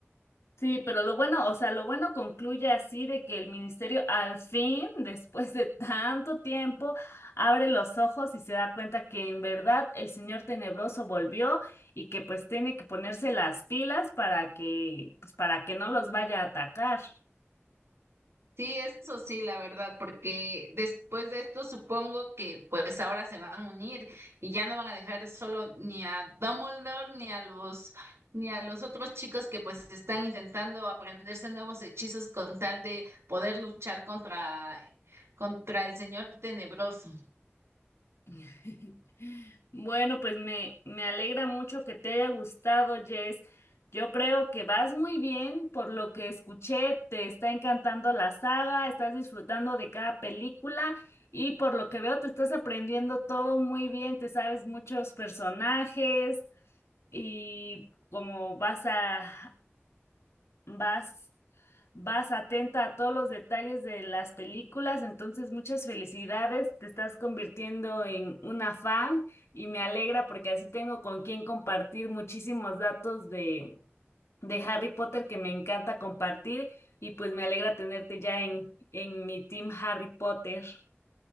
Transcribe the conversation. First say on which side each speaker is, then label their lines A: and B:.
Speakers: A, on the left; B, on the right.
A: Sí, pero lo bueno, o sea, lo bueno concluye así de que el ministerio al fin, <laughs> después de tanto tiempo, abre los ojos y se da cuenta que en verdad el señor tenebroso volvió y que pues tiene que ponerse las pilas para que pues para que no los vaya a atacar.
B: Sí, eso sí, la verdad, porque después de esto supongo que pues ahora se van a unir y ya no van a dejar solo ni a Dumbledore ni a los ni a los otros chicos que pues están intentando aprenderse nuevos hechizos con tal de poder luchar contra contra el Señor Tenebroso.
A: <laughs> Bueno, pues me, me alegra mucho que te haya gustado, Jess. Yo creo que vas muy bien, por lo que escuché, te está encantando la saga, estás disfrutando de cada película y por lo que veo te estás aprendiendo todo muy bien, te sabes muchos personajes y como vas a, vas Vas atenta a todos los detalles de las películas, entonces muchas felicidades, te estás convirtiendo en una fan y me alegra porque así tengo con quien compartir muchísimos datos de, de Harry Potter que me encanta compartir y pues me alegra tenerte ya en, en mi team Harry Potter.